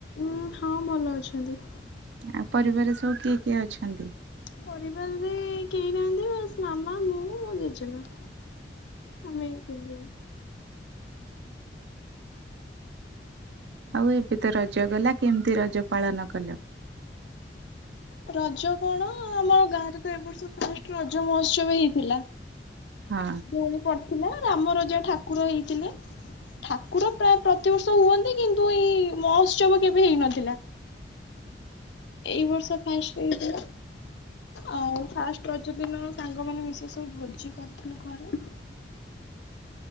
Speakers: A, on the left; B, on the right.
A: ଉଁ ହଁ ଭଲ ଅଛନ୍ତି।
B: ଆଉ ପରିବାରରେ ସବୁ କିଏ କିଏ ଅଛନ୍ତି?
A: ପରିବାରରେ କେହି ନାହାନ୍ତି ବାସ ମାମା ମୁଁ ମୋ ଜେଜେମା। ଆମେ ଏଇ ଥିଲୁ।
B: ଆଉ ଏବେ ତ ରଜ ଗଲା କେମିତି ରଜ ପାଳନ କଲ?
A: ରଜ କଣ ଆମ ଗାଁରେ ତ ଏବ ବର୍ଷ ଫାଷ୍ଟ ରଜ ମହୋତ୍ସବ ହେଇଥିଲା।
B: ହଁ।
A: ଦୋଳି ପଡିଥିଲା ରାମ ରାଜ ଠାକୁର ହେଇଥିଲେ। ଠାକୁର ପ୍ରାୟ ପ୍ରତିବର୍ଷ ହୁଅନ୍ତି କିନ୍ତୁ ଏଇ ମହୋତ୍ସବ କେବେ ହେଇନଥିଲା। ଏଇ ବର୍ଷ ଫାଷ୍ଟ ହେଇଥିଲା। ଆଉ ଫାଷ୍ଟ ରଜ ଦିନ ସାଙ୍ଗମାନେ ମିଶି ସବୁ ଭୋଜି କରିଥିଲୁ ଘରେ।